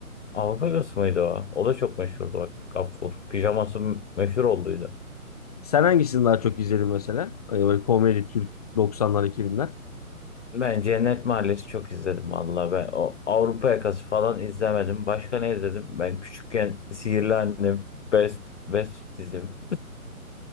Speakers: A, on the left (about 55°); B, on the left (about 25°).
A: Avrupa yakası mıydı o? O da çok meşhurdu bak. Gaffur. Pijaması meşhur olduydu.
B: Sen hangisini daha çok izledin mesela? Hani Böyle komedi, Türk 90'lar, 2000'ler.
A: Ben Cennet Mahallesi çok izledim vallahi ben o Avrupa Yakası falan izlemedim. Başka ne izledim? Ben küçükken Sihirli Annem, Best Best dizim.